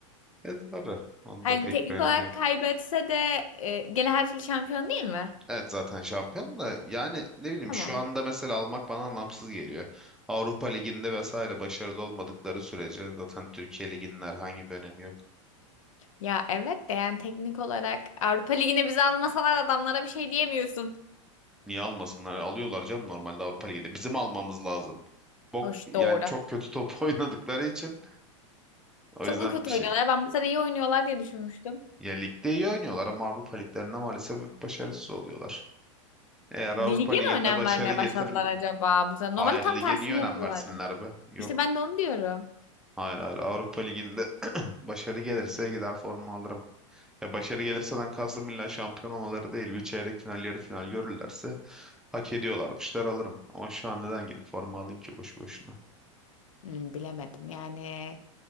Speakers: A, in the centre; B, on the left.
A: Evet doğru. Onun
B: Hani
A: da pek
B: teknik
A: bir önemi
B: olarak
A: yok.
B: kaybetse de e, gene her türlü şampiyon değil mi?
A: Evet zaten şampiyon da yani ne bileyim
B: Tamam.
A: şu anda mesela almak bana anlamsız geliyor. Avrupa Ligi'nde vesaire başarılı olmadıkları sürece zaten Türkiye Ligi'nin herhangi bir önemi yok.
B: Ya evet de yani teknik olarak Avrupa Ligi'ne bizi almasalar adamlara bir şey diyemiyorsun.
A: Niye almasınlar? Alıyorlar canım normalde Avrupa liginde. Bizim almamız lazım. Bok
B: Hoş
A: yani
B: doğru.
A: çok kötü top <laughs> oynadıkları için o
B: Çok
A: yüzden
B: mu kötü
A: bir şey
B: oynuyorlar? Ben bu sene iyi oynuyorlar diye düşünmüştüm.
A: Ya ligde iyi oynuyorlar ama Avrupa liglerinde maalesef hep başarısız oluyorlar. Eğer
B: Lige
A: Avrupa liginde
B: mi önem
A: başarı
B: vermeye
A: getirir,
B: başladılar acaba bu sene?
A: hayır
B: Normalde tam
A: lige
B: tersini
A: niye önem
B: yapıyorlardı.
A: versinler be? Yok.
B: İşte ben de onu diyorum.
A: Hayır hayır Avrupa liginde başarı gelirse gider forma alırım. Ya başarı gelirseden kastım illa şampiyon olmaları değil. Bir çeyrek final, yarı final görürlerse hak ediyorlarmışlar alırım. Ama şu an neden gidip forma alayım ki boşu boşuna?
B: Hmm, bilemedim yani.